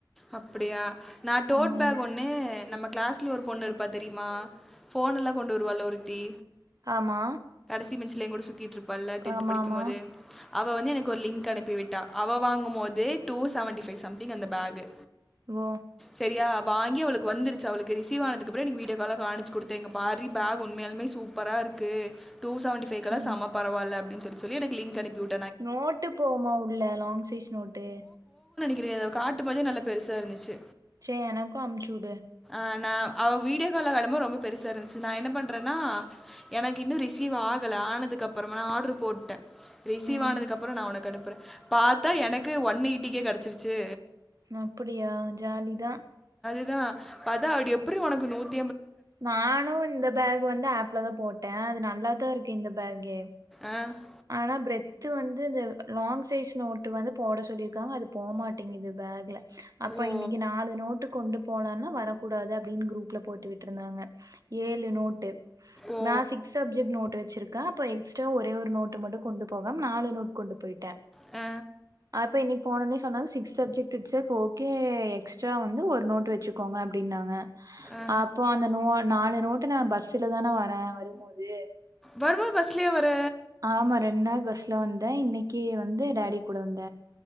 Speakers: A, in the centre; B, on the right.
A: அப்டியா நா டோட்
B: ம்
A: பேக் ஒன்னு நம்ம கிளாஸ்ல ஒரு பொண்ணுருப்பா தெரியுமா ஃபோன் எல்லா கொண்டு வருவால்ல ஒருத்தி
B: ஆமா
A: சி பெஞ்சுல எங்கூட சுத் திட்ருப்பால்ல டென்த்
B: ஆமா
A: படிக்கும்போது
B: ஆமா
A: அவ வந்து எனக்கு ஒரு லிங்க் அனுப்பிவிட்டா அவ வாங்கும்போது டூ செவன்டி ஃபை சம்திங் அந்த பேகு
B: ஓ
A: சரியா வாங்கி அவளுக்கு வந்துருச்சு அவளுக்கு ரிசீவ் ஆனதுக்கப்றோ எனக்கு வீடியோகால்ல காணிச்சு குடுத்தா இங்க பார்ரி பேக் உண்மையாலுமே சூப்பராருக்கு டூ செவன்டி ஃபைக்குலா
B: ம்
A: செம பரவால்ல அப்டின்னு சொல்லி சொல்லி எனக்கு லிங்க் அனுப்பி விட்
B: நோட்டு போமா உள்ள லாங் சைஸ் நோட்டு
A: தெரியாதா காட்டும் போதே நல்ல பெருசா இருந்துச்சு
B: சே எனக்கூ அம்சுவுடு
A: ஆனா அவ வீடியோ கால்ல வரம்போ ரொம்ப பெருசா இருந்துச்சி நா என்ன பண்றன்னா எனக்கு இன்னூ ரிசீவ் ஆகல ஆனதுக்கப்றமா நா ஆடர்ரு போட்டே ரிசீவ்
B: ம்
A: ஆனதுக்கப்றோ நா உனக்கு அனுப் அப்ற பாத்தா எனக்கு ஒன் ஏய்ட்டிக்கே கெடச்சிருச்சு
B: அப்டியா ஜாலிதா
A: தா அதா அது எப்பிட்ரி ஒனக்கு நூத்
B: நானு இந்த பேக் வந்து அப்ல தா‌ போட்ட அது நல் ல்லா தா இருக்கு இந்த பேகே
A: ஆ
B: ஆனா ப்ரத் வந்து இந்த லாங் சைஸ் நோட்டு வந்து போட சொல்லிருக்காங்க அது போமாட்டேங்குது பேக்ல அப்ப
A: ஓ
B: இன்னைக்கி நாலு நோட்டு கொண்டுப் போனான்னா வரக்கூடாது அப்டின் குரூப்புல போட்டு விட்ருந்தாங்க ஏழு நோட்டு
A: ஓ
B: நா சிக்ஸ் சப்ஜெக்ட் நோட் வச்சிருக்க இப்ப எக்ஸ்டரா ஒரே ஒரு நோட் ட்டு மட்டு கொண்டுப்போகம் நாலு நோட் கொண்டுப்போய்ட்ட
A: அ
B: அப்ப இன்னைக் போனோன்னே சொன்னாங்க six subject it's self okay extra வந்து ஒரு நோட் வச்சுக்கோங்க அப்டினாங்க
A: ஆ
B: அப்போ அந்த நோ நாலு நோட் டு நா பஸ்ல தான வார வரும்போது
A: வரும் போது பஸ்லியா வர
B: ஆமா ரெண்டு நாள் பஸ்ல வந்த இன்னைக்கி வந்து டாடிக்கூட வந்த